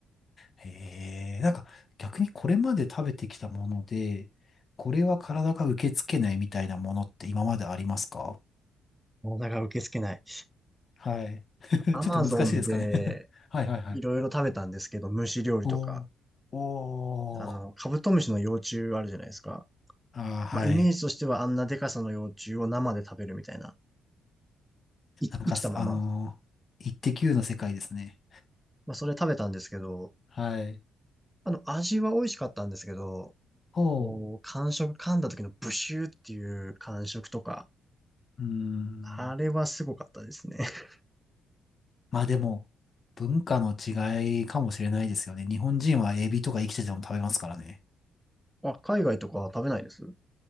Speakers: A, on the left; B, in the centre.
A: へえ、なんか逆にこれまで食べてきたもので、これは体が受け付けないみたいなものって今までありますか
B: 体が受け付けない。
A: はい。<laughs> ちょっと難しいですかね
B: アマゾンで、
A: <laughs> はいはいはい。
B: いろいろ食べたんですけど、虫料理とか。
A: おー。おー。
B: あの、カブトムシの幼虫あるじゃないですか。
A: あーはい。
B: まあ、イメージとしてはあんなでかさの幼虫を生で食べるみたいな。い生きたまま、
A: なんかす、あのー、イッテ Q の世界ですね。
B: まあ、それ食べたんですけど、
A: はい。
B: あの、味は美味しかったんですけど、
A: おー。
B: こう、感触、噛んだ時のブシューっていう感触とか、
A: うーん。
B: あれはすごかったですね。<laughs>
A: まあでも、文化の違いかもしれないですよね。日本人はエビとか生きてても食べますからね。
B: あ、海外とかは食べないです